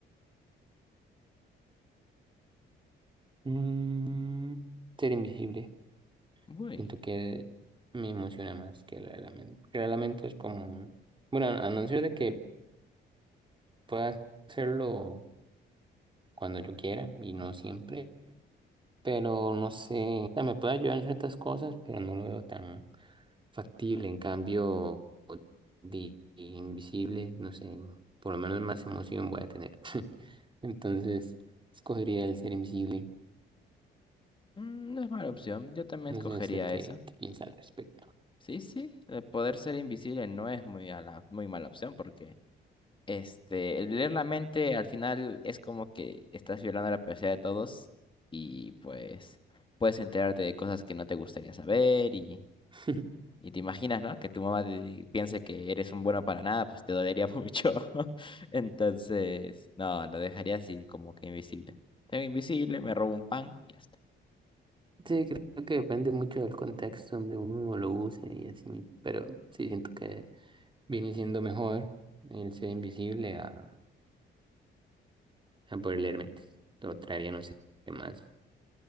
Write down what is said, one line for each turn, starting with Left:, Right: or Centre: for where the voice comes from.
Right: mm, ser invisible.
Left: Uy,
Right: Siento que me emociona más que la del lamento. Que la del lamento es como. Bueno, a no ser de que Puedo hacerlo cuando yo quiera y no siempre, pero no sé, o sea, me puede ayudar en ciertas cosas, pero no lo veo tan factible. En cambio, de invisible, no sé, por lo menos más emoción voy a tener. <laughs> Entonces, escogería el ser invisible.
Left: mm, no es mala opción. Yo también
Right: No
Left: escogería
Right: sé usted qué,
Left: esa.
Right: qué piensa al respecto.
Left: Sí, sí, el poder ser invisible no es muy, a la- muy mala opción porque este, el leer la mente al final es como que estás violando la privacidad de todos y pues puedes enterarte de cosas que no te gustaría saber y
Right: <laughs>
Left: Y te imaginas, ¿no? Que tu mamá te- piense que eres un bueno para nada, pues te dolería <laughs> mucho. <laughs> Entonces, no, lo dejaría así como que invisible. Tengo invisible, me robo un pan y ya está.
Right: Sí, creo que depende mucho del contexto donde uno lo use y así, pero sí siento que viene siendo mejor el ser invisible a a poder leer mentes. Lo traería, no sé, qué más